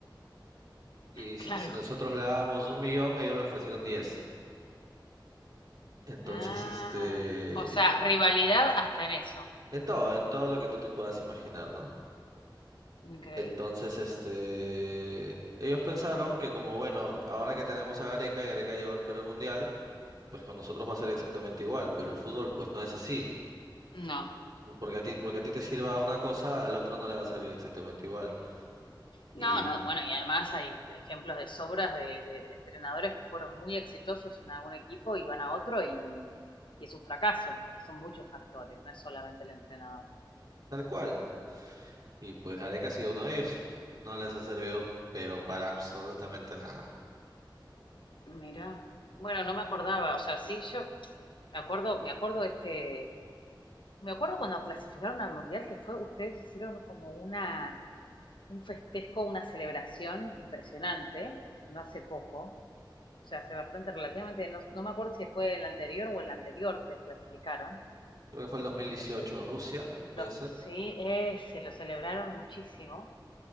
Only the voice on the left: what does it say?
Claro.
Ah,
o sea, rivalidad hasta en eso.
Increíble.
No.
No,
no, bueno, y además hay ejemplos de sobras de, de entrenadores que fueron muy exitosos en algún equipo y van a otro y, y es un fracaso, porque son muchos factores, no es solamente el entrenador.
Mira, Bueno, no me acordaba, o sea, sí, yo me acuerdo, me acuerdo este, me acuerdo cuando clasificaron al mundial que fue, ustedes hicieron como una, un festejo, una celebración impresionante, no hace poco, o sea, hace bastante relativamente, no, no me acuerdo si fue el anterior o el anterior que clasificaron,
y los,
los
sí, eh, se lo celebraron muchísimo.